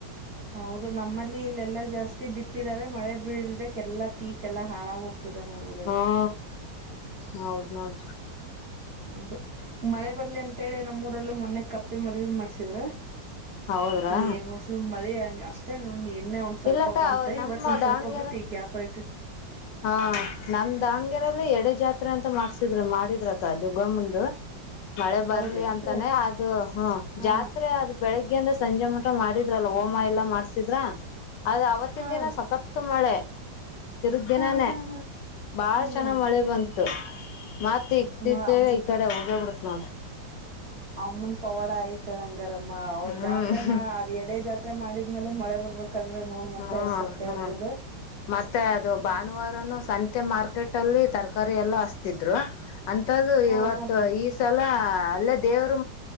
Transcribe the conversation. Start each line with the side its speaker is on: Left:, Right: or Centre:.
Right: ಹೌದು ನಮ್ಮಲ್ಲಿ ಇಲ್ಲೆಲ್ಲಾ ಜಾಸ್ತಿ ಬಿತ್ತಿದ್ದಾರೆ ಮಳೆ ಬೀಳ್ದಕ್ಕೆ ಎಲ್ಲಾ ಪೀಕ್ ಎಲ್ಲಾ ಹಾಳಾಗ ಹೋಗ ತ್ತಿದಾವ ನೋಡ ಊರಲ್ಲಿ
Left: ಹಾ ಹೌದ ನೋಡ
Right: ಹೌದ ಮಳೆ ಬರ್ಲಿ ಅಂತೇಳ ಹೇಳಿ ನಮ್ಮೂರಲ್ಲೂ ಮೊನ್ನೆ ಕಪ್ಪಿ ಮದ್ವಿ ಮಾಡ್ಸ್ ದ್ರ
Left: ಹೌದ್ರಾ
Right: ಏನ್ ಮಾಡ್ಸಿದ್ರು ಮಳಿ ಹಂಗ ಅಷ್ಟೇನೀನೆ ನೋಡ್ ಸ್ವಲ್ಪ
Left: ಇಲ್ಲಕ್ಕ
Right: ಬಂತು
Left: ನಮ್ಮ
Right: ಇವತ್ತೊಂದ
Left: ದಾವಣಗೆರೆ
Right: ಸ್ವಲ್ಪ ಬಿಟ್ಟು ಈಗ ಗ್ಯಾಪ್ ಆಯ್ತು.
Left: ಹಾ ನಮ್ಮ ದಾವಣಗೆರೆಯಲ್ಲಿ ಎಡೆ ಜಾತ್ರೆ ಅಂತ ಮಾಡ್ಸಿದ್ರು ಮಾಡಿದ್ರಕ್ಕ ದುರ್ಗಮುಂದು. ಮಳೆ ಬರ್ಲಿ
Right: ಹೌದೇನ
Left: ಅಂತಾನೆ
Right: ಪ್ರಿಯ
Left: ಅದು ಹು
Right: ಹಾ
Left: ಜಾತ್ರೆ ಆದು ಬೆಳಿಗ್ಗೆ ಇಂದ ಸಂಜೆ ಮಟಾ ಮಾಡಿದ್ರಲ್ಲ ಹೋಮ ಎಲ್ಲಾ ಮಾಡ್ಸಿದ್ರಾ ಅದ ಅವತ್ತಿನ
Right: ಹಾ
Left: ದಿನಾ ಸಕತ್. ತ್ತ್ ಮಳೆ ತಿರುಗ್ ದಿನಾನೇ
Right: ಹಾ ಹಾ ಹಾ
Left: ಬಾಳ
Right: ಹ್ಮ್
Left: ಚನ್ನಾಗ ಮಳೆ ಬಂತು. ಮತ್ತ ಇತ್ತ್ಇಚಗ್
Right: ನೋ ಅಮ್ಮ
Left: ಈ ಕಡೆ ಹೋಗೇ ಬಿಡತ್ ನೋಡ್ರ
Right: ಅಮ್ಮನ ಪವಾಡಾ ಐತಳ ಹಂಗರಾ ಅವ
Left: ಹ್ಮ್
Right: ಜಾತ್ರೆ ಮಾಡ ಅವ ಎಡೆ ಜಾತ್ರೆ. ತ್ರೆ ಮಾಡಿದ್ಮೇಲು ಮಳೆ ಬರ್ಬೇಕಂದ್ರ ನೋಡ್ ಮತ್ತ
Left: ಹ್ಮ
Right: ಎಷ್ಟು ಸತ್ಯ
Left: ನೋಡ್
Right: ಇರ್ಬೋದು
Left: ಮತ್ತೆ ಅದು ಭಾನುವಾರನು
Right: ಹ.
Left: ಸಂತೆ ಮಾರ್ಕೆಟ್ ಅಲ್ಲಿ ತರಕಾರಿ ಎಲ್ಲ ಹಸ್ತಿದ್ರು ಅಂತದು
Right: ಹಾ
Left: ಇವತ್ತು
Right: ಹಾ ಪಿ
Left: ಈ ತ್ತಲ್ಲ ಅಲ್ಲೇ ದೇವರು